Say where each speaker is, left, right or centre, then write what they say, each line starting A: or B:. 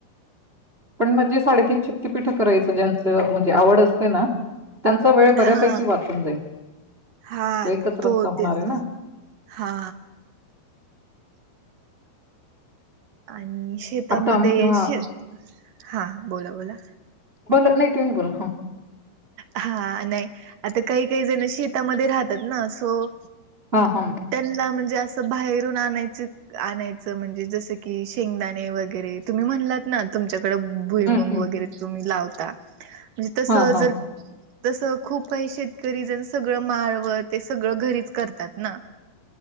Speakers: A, on the right; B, on the right.
A: पण म्हणजे साडेतीन शक्तीपीठ करायचं ज्यांचं म्हणजे आवड असते ना त्यांचा वेळ बऱ्यापैकी
B: हा
A: वाचून जाईल
B: हा
A: एकच
B: तो
A: रस्ता होणार
B: ते
A: आहे ना
B: हा आणि शेतामध्ये
A: आता आम्ही जेव्हा
B: श हा बोला बोला
A: बोला नाही तुम्ही बोला
B: हा नाही आता काही काही जण शेतामध्ये राहतात ना सो
A: हा हा
B: त्यांना म्हणजे अस बाहेरून आणायच आणायच म्हणजे जस की शेंगदाणे वगैरे तुम्ही म्हणलात ना तुमच्या भुईमंग
A: हम्म हम्म.
B: वगैरे तुम्ही लावता म्हणजे तस
A: हा हा
B: जर तसं खूप काही शेतकरी जण सगळं माळव ते सगळं घरीच करतात ना